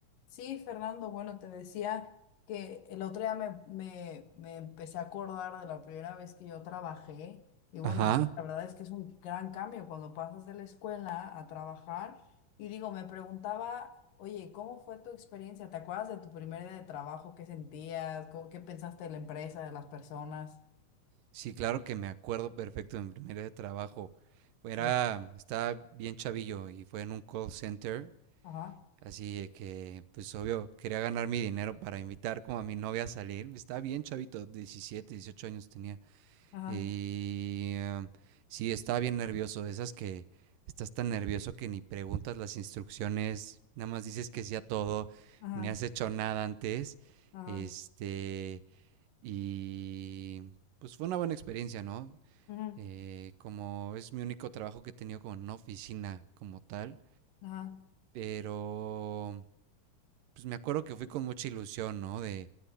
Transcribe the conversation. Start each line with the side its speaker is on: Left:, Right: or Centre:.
Left: Sí, Fernando, bueno, te decía que el otro día me, me, me empecé a acordar de la primera vez que yo trabajé y bueno,
Right: Ajá.
Left: es- la verdad es que es un gran cambio cuando pasas de la escuela a trabajar y digo, me preguntaba, oye, ¿cómo fue tu experiencia? ¿Te acuerdas de tu primer día de trabajo? ¿Qué sentías? ¿Cómo- ¿Qué pensaste de la empresa, de las personas?
Right: Sí, claro que me acuerdo perfecto de mi primer día de trabajo. Era,
Left: Sí,
Right: estaba bien chavillo y fue en un call center,
Left: ajá,
Right: así de que, pues obvio, quería ganar mi dinero para invitar como a mi novia a salir. Estaba bien chavito, 17, 18 años tenía.
Left: ajá,
Right: Y em, sí, estaba bien nervioso, de esas que estás tan nervioso que ni preguntas las instrucciones, nada más dices que sí a todo,
Left: ajá,
Right: ni has hecho nada antes.
Left: ajá,
Right: Este, Y pues fue una buena experiencia, ¿no?
Left: ajá,
Right: Eh, como es mi único trabajo que he tenido como en una oficina como tal,
Left: ajá,
Right: pero pues me acuerdo que fui con mucha ilusión, ¿no? De,